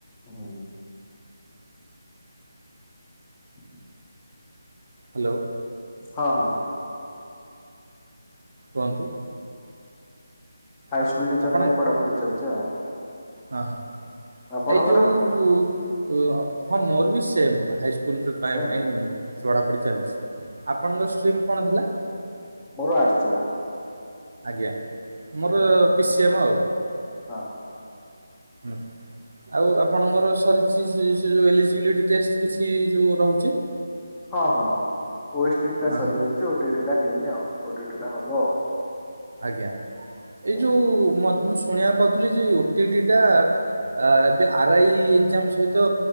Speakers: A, on the left (about 15°); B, on the right (about 65°).
A: ହୁଁ। <unintelligible>
B: ହାଲୋ।
A: ହଁ ହଁ।
B: କୁହନ୍ତୁ?
A: ହାଇ
B: ଆପ-
A: ସ୍କୁଲ ଟିଚର୍
B: ଆପଣ
A: ପାଇଁ ପଢାପଢି ଚାଲିଛି ଆଉ।
B: ହଁ ହଁ
A: ଆପଣଙ୍କର?
B: ଏଇ ଯୋଉ ଉଁ ହଁ ମୋର ବି ସେମ୍ ହାଇସ୍ ସ୍କୁଲ ପାଇବା
A: ସେମ୍
B: ପାଇଁ ପଢ଼ାପଡ଼ି ଚାଲିଛି ଆପଣଙ୍କ ଷ୍ଟ୍ରିମ୍ କଣ ଥିଲା?
A: ମୋର ଆର୍ଟସ୍ ଥିଲା।
B: ଆଜ୍ଞା ମୋର
A: ହୁଁ
B: ପିସି ଏମ୍ ଆଉ।
A: ହଁ ହଁ।
B: ହୁଁ ଆଉ ଆପଣଙ୍କର ସରି ସି ସି ସି ଯୋଉ <inaudible> କିଛି ଯୋଉ ରହୁଛି।
A: ହଁ ହଁ ୱେଷ୍ଟେଟ୍ ଟା
B: ଅ
A: ସରିଯାଇଛି
B: ହଁ
A: ଓଟିଇଟିର ଟା ହେଇନି ଆଉ ଓଟାଈଟର୍ ଟା ହବ ଆଉ।
B: ଆଜ୍ଞା ଏଇ
A: ହୁଁ।
B: ଯୋଉ ମ୍ ମୁଁ ଶୁଣିବାକୁ ପାଉଥିଲି ଯେ ଓଟିଟି ଟା ଆ ଏବେ ଆର୍ ଆଇ ଏକ୍ଜାମ୍ ସହିତ